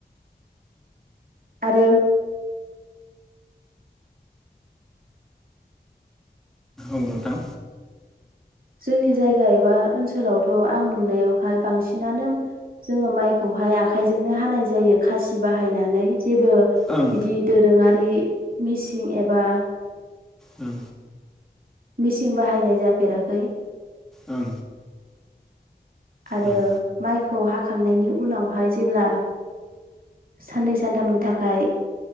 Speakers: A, on the right; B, in the centre.
A: आरो
B: औ नोंथां
A: जोंनि जायगा एबा ओनसोलावथ' आं नुनायावहाय बांसिनानो जोङो माइखौहाय आखाइजोंनो हानाय जायो खासि बाहायनानै जेबो बिदि
B: ओं
A: दोरोङारि मिसिं एबा
B: ओं
A: मिसिन बाहायनाय जाफेराखै
B: ओं
A: आरो
B: ओं
A: माइखौ हाखांनायनि उनावहाय जेब्ला साननै सानथामनि थाखाय